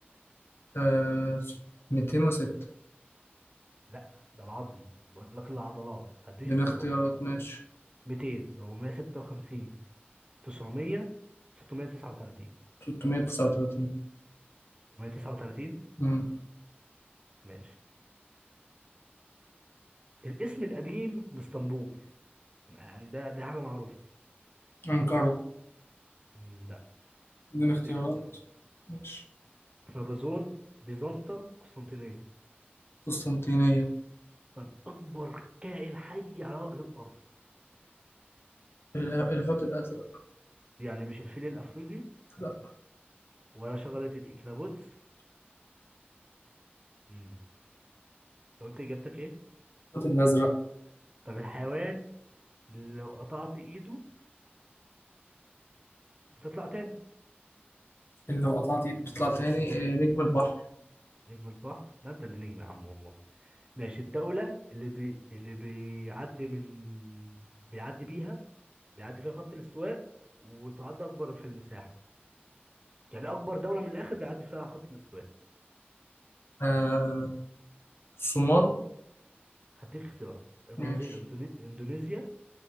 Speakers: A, on the left (about 80°); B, on the right (about 25°).
A: آه ست- 206
B: لا ده العظم بقول لك العضلات هديك
A: اديني
B: اختيارات
A: اختيارات ماشي
B: 200 456 900 639
A: 339
B: 639
A: مم.
B: ماشي الاسم القديم لاسطنبول يعني ده ده حاجة معروفة
A: أنقرة
B: مم، لا
A: اديني
B: هديك
A: اختيارات
B: اختيارات
A: ماشي
B: طرابزون بيزنطة قسطنطينية
A: قسطنطينية
B: طب أكبر كائن حي على وجه الأرض
A: اله- الحوت الأزرق
B: يعني مش الفيل الأفريقي
A: لا
B: ولا شجرة الإكلابوتس امم أنت قلت إجابتك إيه؟
A: الحوت الأزرق
B: طب الحيوان اللي لو قطعت إيده بتطلع تاني
A: اللي لو قطعت ايده بتطلع تاني آه، نجم البحر
B: نجم البحر ده أنت اللي نجم يا عم والله ماشي الدولة اللي بي... اللي بيعدي من بيعدي بيها بيعدي فيها خط الاستواء وتعد أكبر في المساحة يعني أكبر دولة من الآخر بيعدي فيها خط الاستواء
A: آه الصومال
B: هديك اختيارات البرازيل
A: ماشي
B: إندوني- إندونيسيا